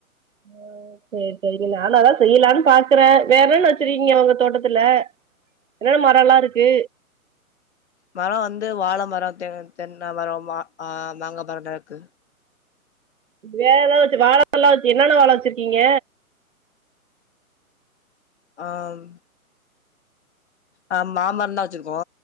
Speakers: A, on the right; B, on the left.
A: ஓ சேரி சேரிங்க நானு அதா செய்யலானு பாக்குறே வேற என்ன வெச்சிருக்கீங்க ஒங்க தோட்டத்துல என்னன்ன மரலா இருக்கு
B: மர வந்து வாழ மர தெ தென்னமர மா ஆ மாங்கா மரலா இருக்கு
A: வேற எதா வெச்சு வாழைமரலா வெச்சு என்னென்ன வாழ வச்சிருக்கீங்க
B: ஆம் ஆ மாமரந்தா வச்சிருக்கோ